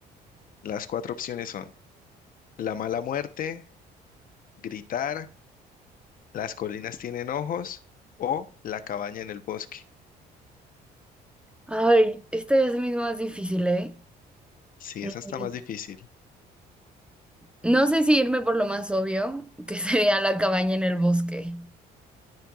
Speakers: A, on the left; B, in the centre.
A: Las cuatro opciones son La mala muerte, Gritar, Las colinas tienen ojos o La cabaña en el bosque.
B: Ay, esta es mismo más difícil, ¿eh?
A: Sí,
B: Mm,
A: esa está más difícil.
B: No sé si irme por lo más obvio, que <laughs> sería la cabaña en el bosque.